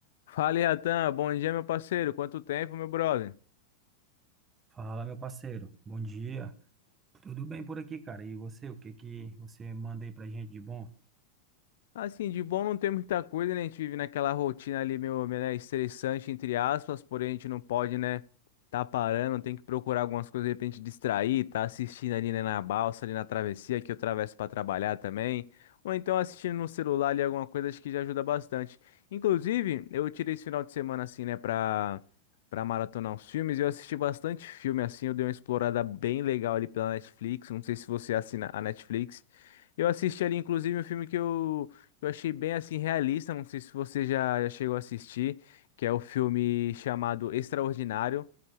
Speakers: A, on the left; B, on the right.
A: Fala, Iatan. Bom dia, meu parceiro. Quanto tempo, meu brother?
B: Fala, meu parceiro. Bom dia. Tudo bem por aqui, cara? E você, o que que você manda aí pra gente de bom?
A: Assim, de bom não tem muita coisa, né? A gente vive naquela rotina ali meio, meio, né, estressante, entre aspas, porém a gente não pode, né, tá parando, tem que procurar algumas coisas de repente distrair, tá assistindo ali, né, na balsa, ali na travessia, que eu atravesso para trabalhar também, ou então assistindo no celular ali alguma coisa, acho que já ajuda bastante. Inclusive, eu tirei esse final de semana, assim, né, pra, pra maratonar uns filmes, e eu assisti bastante filme, assim, eu dei uma explorada bem legal ali pela Netflix, não sei se você assina a Netflix, eu assisti ali, inclusive, um filme que eu eu achei bem assim realista, não sei se você já, já chegou a assistir, que é o filme chamado Extraordinário